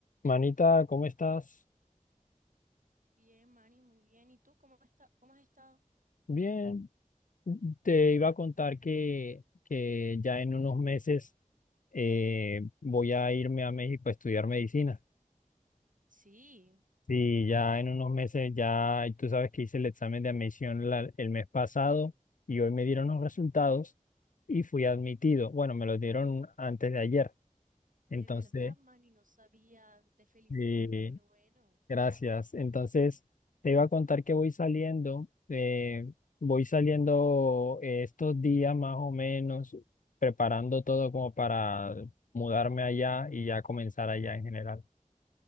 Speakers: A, on the left; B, on the right.
A: Manita, ¿cómo estás?
B: Bien, Manny, muy bien. ¿Y tú cómo está, cómo has estado?
A: Bien, te iba
B: Mm.
A: a contar que, que ya en unos meses eh, voy a irme a México a estudiar medicina.
B: Sí,
A: Sí, ya en unos meses, ya tú sabes que hice el examen de admisión la- el mes pasado y hoy me dieron los resultados y fui admitido. Bueno, me los dieron antes de ayer.
B: de
A: Entonces,
B: verdad, Manny, no sabía. Te felicito,
A: sí,
B: qué bueno.
A: Gracias. Entonces, te iba a contar que voy saliendo, eh, voy saliendo eh, estos días más o menos, preparando todo como para mudarme allá y ya comenzar allá en general.